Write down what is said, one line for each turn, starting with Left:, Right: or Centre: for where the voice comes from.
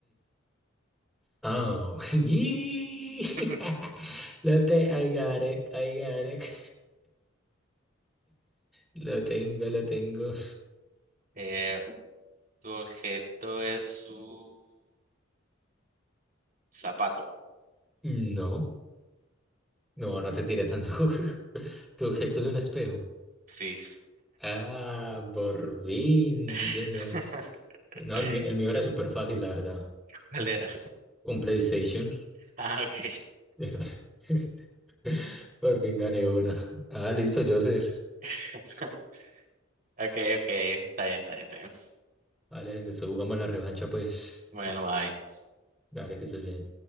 Centre: Oh, <laughs> yee.
Right: <laughs>
Centre: <laughs> Lo te, I got it, I got it. Lo tengo, lo tengo.
Right: Eh, tu objeto es un zapato.
Centre: No, no, no te tiré tan duro. <laughs> Tu objeto es un espejo.
Right: Sí.
Centre: Ah, por fin,
Right: <laughs>
Centre: sí, señor. No, el mío, el mío era súper fácil, la verdad.
Right: ¿Cuál era?
Centre: Un PlayStation.
Right: Ah, ok.
Centre: Pero <laughs> Por fin gané una. Ah, listo, Joser.
Right: <laughs> Ok, ok. Está bien, está bien, está bien.
Centre: Vale, después jugamos la revancha, pues.
Right: Bueno, bye.
Centre: Dale, que estés bien.